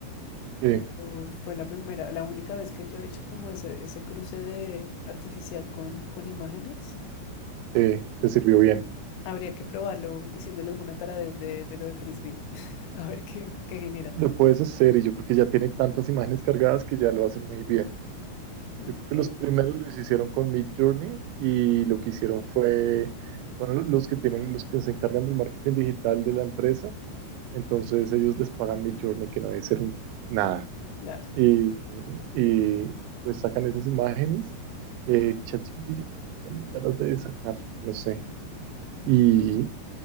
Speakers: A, on the right (about 85°); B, on the left (about 85°).
A: Sí,
B: Pero fue la primera, la única vez que yo he hecho como ese, ese cruce de artificial con, con imágenes.
A: te, te sirvió bien.
B: Habría que probarlo diciéndole alguna taradez de, de lo de frisbee, <laughs> a ver qué, qué genera.
A: Lo puedes hacer y yo creo que ya tiene tantas imágenes cargadas que ya lo hace muy bien.
B: Ok,
A: Yo creo que los primeros los hicieron con Mid Journey y lo que hicieron fue, son los que tienen, los que se encargan del marketing digital de la empresa, entonces ellos les pagan Mid Journey, que no debe ser un- nada.
B: claro.
A: Y, y, pues sacan esas imágenes. Eh, ChatGPT yo creo que también ya las debe sacar, no sé.
B: Mm.
A: Y